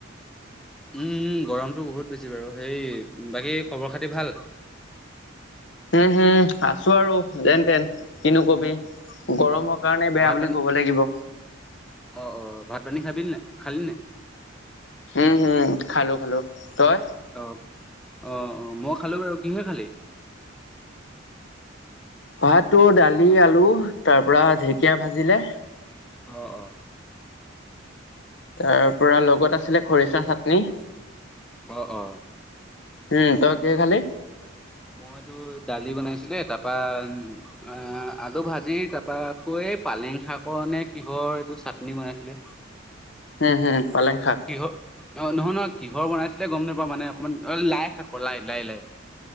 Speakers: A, in the centre; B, on the left.
A: উম গৰমতটো বহুত বেছি বাৰু সেই বাকী খবৰ খাতি ভাল
B: উম হুম আছো আৰু যেন তেন কিনো কবি
A: উম
B: গৰমৰ কাৰণে বেয়া
A: ভাত
B: বুলি
A: পানী
B: ক'ব লাগিব
A: অ অ ভাত পানী খাবিল নে খালি নে
B: উম হুম খালো খালো তই
A: অ অ অ মই খালো বাৰু কিহে খালি
B: ভহাত তো দালি আলু তাৰ পৰাৰা ঢেকীয়া ভাজিলে
A: অ অ
B: তাৰ পৰা লগত আছিলে খৰিচা চাটনি
A: অ অ
B: উম তই কি খালি
A: মইতো দালি বনাইছিলে তাৰপা অ আজু ভাজি তাৰপা আকৌ এই পালেং শাকৰ নে কিহৰ এইটো চাটনি বনাইছিলে
B: উুম হুম পালেং শাক
A: কিহৰ অ নহয় নহয় কিহৰ বনাইছিলে গম নাপাওঁ মানে অকণমান লাই শাক লাই লাই লাই